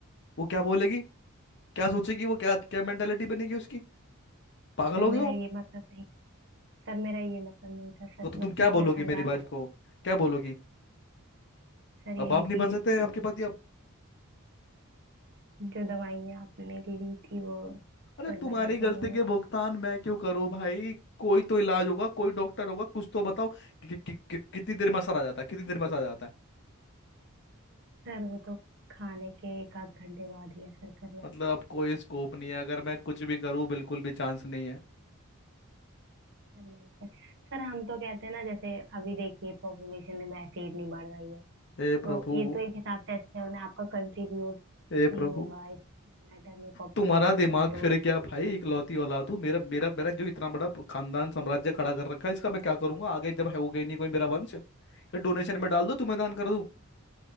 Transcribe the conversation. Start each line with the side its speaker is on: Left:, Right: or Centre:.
Left: वो क्या बोलेगी क्या सोचेगी वो क्या क्या मेंटेलिटी बनेगी उसकी पागल
Right: सर
Left: हो
Right: मेरा
Left: गए हो
Right: ये
Left: आप
Right: मतलब नहीं सर मेरा ये मतलब नहीं था सर
Left: तो, तो तुम
Right: मतलब
Left: क्या बोलोगी
Right: मैं समझा
Left: मेरी वाइफ
Right: सक
Left: को क्या बोलोगी
Right: सर यही
Left: अब आप नहीं
Right: कि
Left: बन सकते आपके पति अब
Right: जो दवाइयाँ आपने ली थी वो
Left: अरे
Right: सर
Left: तुम्हारी
Right: गलत
Left: गलती
Right: दवाइयाँ
Left: के
Right: थी
Left: भुगतान मैं क्यों करूँ भाई कोई तो इलाज होगा कोई डॉक्टर होगा कुछ तो बताओ कि, कि, कि, कि, कितनी देर में असर आ जाता है कितनी देर में असर आ जाता है
Right: सर वो तो खाने के एक आध घंटे बाद ही असर कर जाता
Left: मतलब अब
Right: है
Left: कोई स्कोप नहीं है अगर मैं कुछ भी करूँ बिल्कुल भी चांस नहीं है
Right: सर नहीं सर सर हम तो कहते हैं ना जैसे अभी देखिए पॉपुलेशन में वैसे ही इतनी बढ़ रही है
Left: हे प्रभु
Right: तो ये तो एक हिसाब से अच्छा है उन्हें आपका कंट्रीब्यूट
Left: हे
Right: भी
Left: प्रभु
Right: होगा इस मैटर में पॉपुलेशन
Left: तुम्हारा दिमाग
Right: कंट्रोल
Left: फिर गया भाई इकलौती औलाद हूँ मेरा मेरा मेरा जो इतना बड़ा खानदान साम्राज्य खड़ा कर रखा है इसका मैं क्या करूंगा आगे जब है होगा ही नहीं कोई मेरा वंश या डोनेशन में डाल दो तुम्हें दान कर दूं